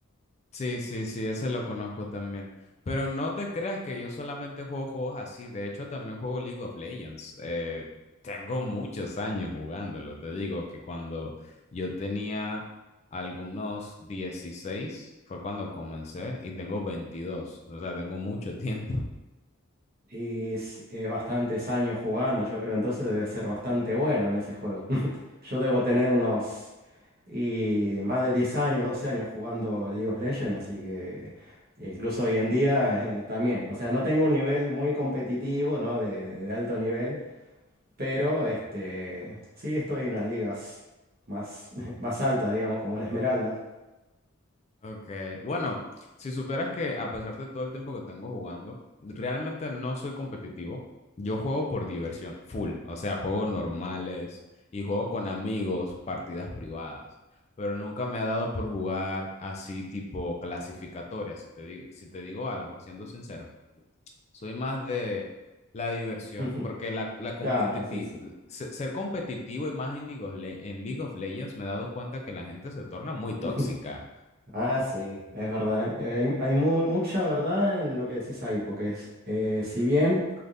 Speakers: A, on the left (about 30°); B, on the right (about 45°).
A: Sí, sí, sí, ese lo conozco también. Pero no te creas que yo solamente juego juegos así. De hecho, también juego League of Legends. Eh, tengo muchos años jugándolo. Te digo que cuando yo tenía algunos 16 fue cuando comencé y tengo 22. O sea, tengo mucho <laughs> tiempo.
B: Y es, eh, bastantes años jugando, yo creo, entonces debe ser bastante bueno en ese juego. <laughs> Yo debo tener unos y más de 10 años, 12 años jugando League of Legends, así que incluso hoy en día eh, también. O sea, no tengo un nivel muy competitivo, ¿no? De, de alto nivel, pero este, sí estoy en las ligas más, <laughs> más altas, digamos, como en Esmeralda.
A: Ok, bueno, si supieras que a pesar de todo el tiempo que tengo jugando, realmente no soy competitivo. Yo juego por diversión, full, o sea, juego normales y juego con amigos, partidas privadas, pero nunca me ha dado por jugar así tipo clasificatoria, si te digo, si te digo algo, siendo sincero. Soy más de la diversión,
B: <laughs>
A: porque la, la competiti-
B: Claro, sí, sí.
A: se- ser competitivo y más en League of Le- en League of Legends me he dado cuenta que la gente se torna muy tóxica
B: <laughs> Ah, sí, es verdad. eh, hay hay mu- mucha verdad en lo que decís ahí, porque es, eh, si bien